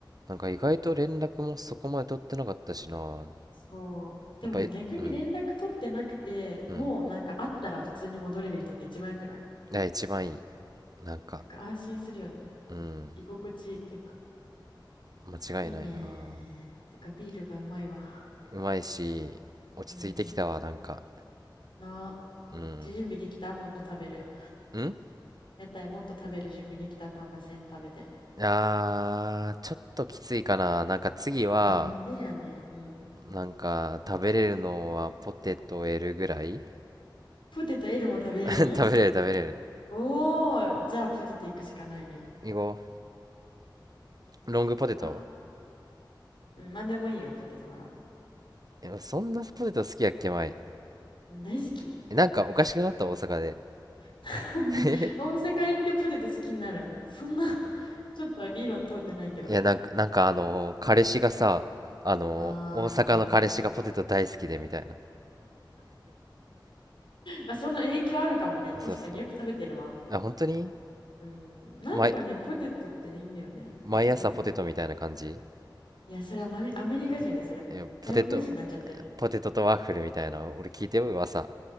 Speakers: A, on the right (about 50°); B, on the left (about 85°).
A: なんか意外と連絡もそこまで取ってなかったしな。
B: そう。でもさ、
A: やっぱり、
B: 逆に連絡取ってなくて、
A: うん。うん。
B: もうなんか会ったら普通に戻れる人って一番良くない
A: いや、一番いい。なんか、
B: なんか安心するよね。
A: うん。
B: 居心地いいっていうか。
A: 間違いないな。
B: いいねー。てかビールがうまいわ。
A: うまいし、落ち着いてきたわ、
B: うん。
A: なんか。
B: な、
A: うん。
B: 準備できたもっと食べる。
A: ん
B: 屋台もっと食べる準備できたターマセン食べて。
A: あー、ちょっときついかな。なんか次は、
B: なんでやねん。うん。
A: なんか食べれるのはポテト L ぐらい
B: ポテト L も食べれるん
A: <laughs> 食べれる食べれる。
B: おー、じゃあポテト行くしかないね。
A: いこう。ロングポテト
B: あ、うん、なんでもいいよ、ポテトなら。
A: いやそんなポテト好きやっけ、前。
B: うん、大好き。
A: なんかおかしくなった、大阪で。
B: なんで大阪行ってポテト好きになるんそんな
A: <laughs>
B: ちょっと理論通ってないけど、
A: いや、
B: それ。
A: なんか、なんかあのー彼氏がさ、あのー大阪の彼氏がポテト大好きでみたいな。
B: あー、まあ、その影響あるかもね。確かによく食べてるわ。
A: そうそう。あ、本当に
B: うん、なんかね、
A: 毎、
B: ポテトっていいんだよね。
A: 毎朝ポテトみたいな感じ
B: んいや、それはマミ、アメリカ人で、それも。
A: いやポテト、
B: 外国人になっちゃってる。
A: ポテトとワッフルみたいな。俺聞いてよ、噂。